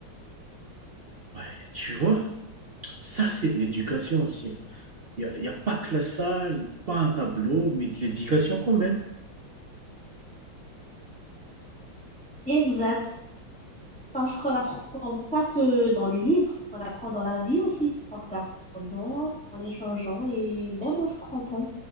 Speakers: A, on the right; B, in the centre.
A: Ouais, tu vois, ça c'est de l'éducation aussi. hein. Il n'y a, il y a pas que la salle, pas un tableau, mais de l'éducation quand même.
B: Exact. Parce qu'on apprend pas que dans les livres, on apprend dans la vie aussi, en regardant, en échangeant et même en se trompant.